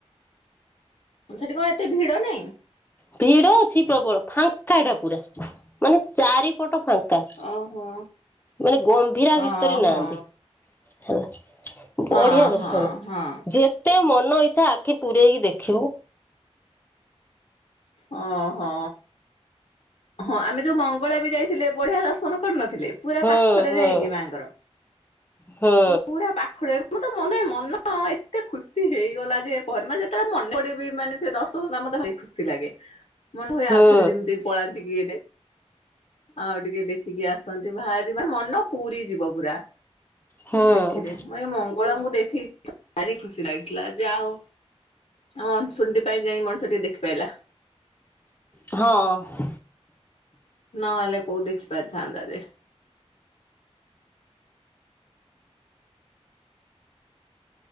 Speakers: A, on the left; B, on the left.
A: ସେଠି କଣ ଏତେ ଭିଡ ନାହିଁ।
B: ଭିଡ ଅଛି ପ୍ରବଳ ଫାଙ୍କାଟା ପୁରା ମାନେ ଚାରିପଟ ଫାଙ୍କା
A: ଓହୋ।
B: ମାନେ ଗମ୍ଭୀରା
A: ଓହୋ
B: ଭିତରେ ନାହାନ୍ତି। ହେଲା ବଢିଆ
A: ହଁ
B: ଦର୍ଶନ
A: ହଁ ହଁ
B: ଯେ ଯେତେ ମନ ଇଚ୍ଛା ଆଖି ପୁରେଇକି ଦେଖିବୁ।
A: ଅଁ ହଁ। ହଁ ଆମେ ଯୋଉ ମଙ୍ଗଳା ବି ଯାଇଥିଲେ ବଢିଆ ଦର୍ଶନ କରିନଥିଲେ। ପୁରା
B: ହୁଁ
A: ପାଖରେ
B: ହୁଁ।
A: ଯାଇକି ମାଙ୍କର
B: ହୁଁ
A: ପୁରା ପାଖରେ ମତେ ମନେ ମନ ଏତେ ଖୁସି ହେଇଗଲା ଯେ କହନି ମାନେ ଯେତେବେଳେ ମନେ ପଡେ ବି ମାନେ ସେ ଦର୍ଶନ ତା ମତେ ଭାଇ ଖୁସି ଲାଗେ। ମନେ ହୁଏ
B: ହୁଁ
A: ଆଉ ଥରେ ଯେମିତି ପଳାନ୍ତିକି ଏଇନେ। ଆଉ ଟିକେ ଦେଖିକି ଆସନ୍ତି ବାହାରିବେ ମନ ପୁରି ଯିବ ପୁରା।
B: ହୁଁ
A: ଦେଖିଲି ମୁଁ ଏଇ ମଙ୍ଗଳାଙ୍କୁ ଦେଖିକି ଭାରି ଖୁସି ଲାଗିଥିଲା ଯା ହଉ। ହଁ ଅଛନ୍ତି ପାଇଁ ଯାଇ ମଣିଷ ଟିକେ ଦେଖିପାଇଲା।
B: ହଁ।
A: ନହେଲେ କୋଉ ଦେଖି ପାରିଥାନ୍ତା ଯେ।